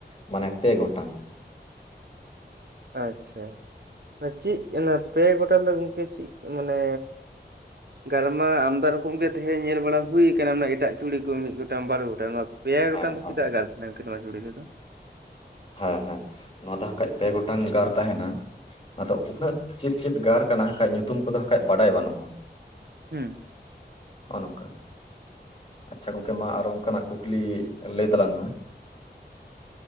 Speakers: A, on the left; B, on the right.
A: ᱢᱟᱱᱮ ᱯᱮ ᱜᱚᱴᱟᱝ
B: ᱚ ᱟᱪᱪᱷᱟ ᱪᱤᱜ ᱚᱱᱟ ᱯᱮ ᱜᱚᱴᱟᱝ ᱫᱚ ᱜᱚᱝᱠᱮ ᱪᱤᱜ ᱢᱟᱱᱮ ᱜᱟᱞᱢᱟ ᱟᱢᱫᱟ ᱨᱚᱠᱚᱢ ᱜᱮ ᱛᱟᱦᱮᱸ ᱧᱮᱞ ᱵᱟᱲᱟ ᱦᱩᱭ ᱟᱠᱟᱱᱟ ᱮᱴᱟᱜ ᱪᱩᱲᱤ ᱠᱚ ᱢᱤᱫ ᱜᱚᱴᱟᱝ ᱵᱟᱨ ᱜᱚᱴᱟᱝ ᱯᱮᱭᱟ
A: ᱦᱮᱸ
B: ᱜᱚᱴᱟᱝ ᱫᱚ
A: ᱦᱮᱸ
B: ᱪᱮᱫᱟᱜ ᱜᱟᱨ ᱛᱟᱦᱮᱱᱟ ᱱᱚᱣᱟ ᱡᱩᱲ ᱨᱮ ᱫᱚ
A: ᱦᱮᱸ ᱦᱮᱸ ᱱᱚᱣᱟ ᱫᱚ ᱦᱟᱸᱜ ᱠᱷᱟᱹᱡ ᱯᱮ ᱜᱚᱴᱟᱝ ᱜᱟᱨ ᱛᱟᱦᱮᱱᱟ ᱟᱫᱚ ᱩᱱᱟᱹᱜ ᱪᱮᱫ ᱪᱮᱫ ᱜᱟᱨ ᱠᱟᱱᱟ ᱦᱟᱸᱜ ᱠᱷᱟᱡ ᱧᱩᱛᱩᱢ ᱠᱚᱫᱚ ᱦᱟᱸᱜᱠᱷᱟᱡ ᱵᱟᱰᱟᱭ ᱵᱟᱹᱱᱩᱜᱼᱟ᱾
B: ᱩᱸ
A: ᱚ ᱱᱚᱝᱠᱟ ᱟᱪᱪᱷᱟ ᱜᱚᱝᱠᱮ ᱢᱟ ᱟᱨᱚ ᱚᱱᱠᱟᱱᱟᱜ ᱠᱩᱠᱞᱤ ᱮ ᱞᱟᱹᱭ ᱛᱟᱞᱟᱝ ᱢᱮ?